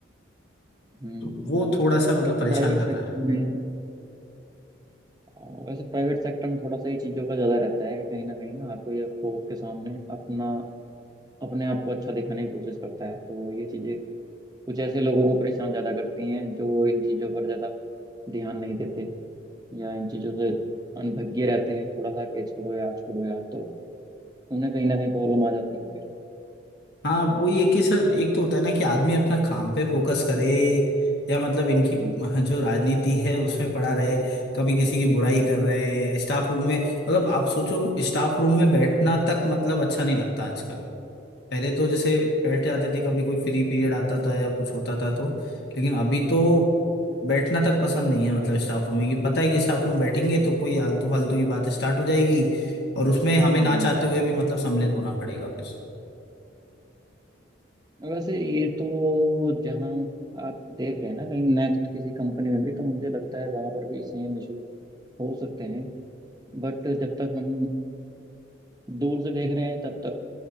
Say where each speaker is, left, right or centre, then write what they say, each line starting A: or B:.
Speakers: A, on the right (about 20°); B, on the left (about 60°).
A: हम्म,
B: तो वो
A: हम्म,
B: थोड़ा सा मतलब
A: वैसे
B: परेशान
A: प्राइवेट
B: कर
A: सेक्टर
B: रहा है
A: में आ, वैसे प्राइवेट सेक्टर में थोड़ा सा ये चीज़ों का ज़्यादा रहता है कि कहीं ना कहीं ना हर कोई आपको उसके सामने अपना अपने आप को अच्छा दिखाने की कोशिश करता है तो ये चीजें कुछ ऐसे लोगों को परेशान ज्यादा करती हैं जो इन चीजों पर ज्यादा ध्यान नहीं देते या इन चीजों से अनभिज्ञ रहते हैं थोड़ा सा कि छोड़ो यार छोड़ो यार तो उन्हें कहीं ना कहीं प्रॉब्लम आ जाती है फिर
B: हाँ वो ये कि सर एक तो होता है ना कि आदमी अपना काम पे फोकस करे या मतलब इनकी
A: हम्म
B: <laughs> जो राजनीति है उसमें पड़ा रहे कभी किसी की बुराई कर रहे हैं स्टाफ रूम में मतलब आप सोचो स्टाफ रूम में बैठना तक मतलब अच्छा नहीं लगता आजकल पहले तो जैसे बैठे आते थे कभी कोई फ्री पीरियड आता था या कुछ होता था तो लेकिन अभी तो बैठना तक पसंद नहीं है मतलब स्टाफ रूम में कि पता है कि स्टाफ रूम बैठेंगे तो कोई आलतू फालतू की बात स्टार्ट हो जाएगी और उसमें हमें
A: हम्म।
B: ना चाहते हुए भी मतलब सम्मिलित होना पड़ेगा फिर
A: वैसे ये तो जहाँ आप देख रहे हैं ना कहीं नेक्स्ट किसी कंपनी में भी तो मुझे लगता है वहां पर भी सेम इशू हो सकते हैं बट जब तक हम दूर से देख रहे हैं तब तक